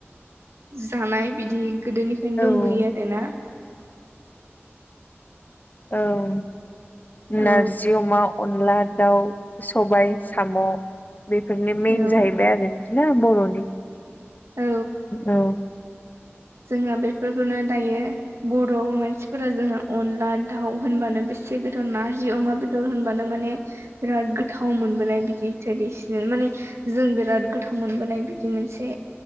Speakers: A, on the right (about 80°); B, on the left (about 40°).
A: जानाय बिदि गोदोनिफ्रायनो
B: औ
A: दंबोयो आरोना
B: औ
A: औ
B: नारजि अमा अनला दाउ सबाय साम' बेफोरनि मेन
A: औ
B: जाहैबाय आरो ना बर'नि
A: औ
B: औ
A: जोंहा बेफोरखौनो दायो बर' मानसिफोरा जोंहा अनला दाउ होनबानो बेसे एसे गोथाव नारजि अमा बेदर होनबानो माने बिराद गोथाव मोनबोनाय बिदि ट्रेडिसनेल माने जों बिराद गोथाव मोनबोनाय बिदि मोनसे